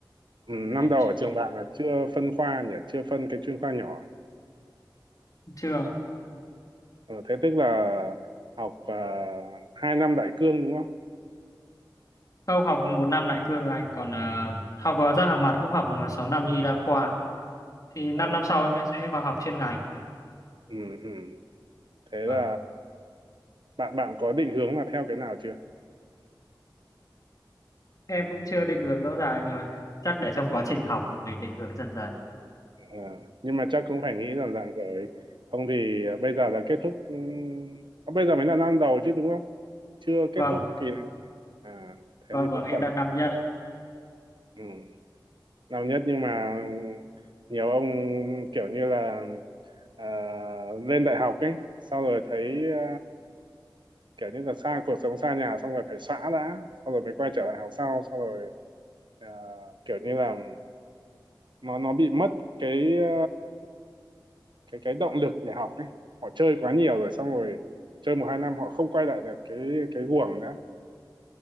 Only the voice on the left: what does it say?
Nên em
chưa,
chưa
không học một năm lại cương rồi anh còn à, học à, răng hàm mặt cũng học à, 6 năm như y đa khoa thì 5
năm năm sau
em sẽ vào học chuyên ngành
vâng
em cũng chưa định hướng rõ ràng rồi chắc để trong quá
trình học mình định hướng dần dần
Vâng.
vâng
vâng em
đang
năm nhất ạ.